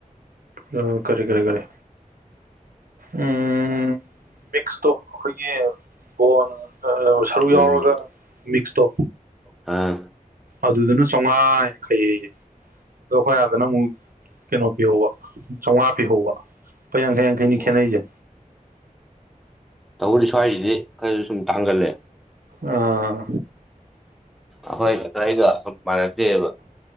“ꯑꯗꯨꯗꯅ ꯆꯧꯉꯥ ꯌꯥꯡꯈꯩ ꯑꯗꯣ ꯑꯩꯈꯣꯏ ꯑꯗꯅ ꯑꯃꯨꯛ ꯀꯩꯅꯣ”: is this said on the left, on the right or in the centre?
Right